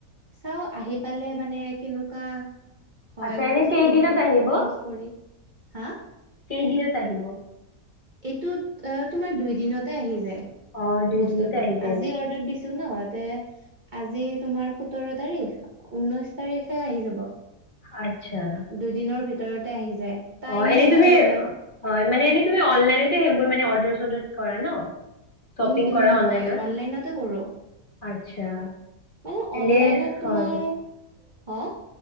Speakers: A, on the right; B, on the left.
A: চাও আহি পালে মানে কেনুকা হয়
B: আচ্ছা
A: মোৰ
B: এনে
A: স্কিন
B: কেইদিনত
A: টো
B: আহিব
A: ইউজ কৰি হা
B: কেইদিনত আহিব
A: এইটোত এ তোমাৰ দুই দিনতে আহি যায়
B: অ দুইদিনতে
A: বস্তুটো
B: আহি যায়
A: আজি
B: নেকি
A: অৰ্ডাৰ দিছো ন তে আজি তোমাৰ সোতৰ তাৰিখ ঊনৈশ তাৰিখে আহি যাব
B: আচ্ চ্ছা
A: দুদিনৰ ভিতৰতে আহি যায় টাইমো
B: অ এনে
A: ভাল
B: তুমি
A: আমাৰ
B: হয় মানে এনে তুমি অনলাইনতে সেইবোৰ মান অৰ্ড দুই চদিত কৰে ন শ্বপিং
A: উম উম
B: কৰা অনলাইনত
A: হয় অনলাইনতে কৰো
B: আচ্ছা
A: মানে
B: এনে
A: অনলাইনত
B: হয়
A: তোমাৰ হা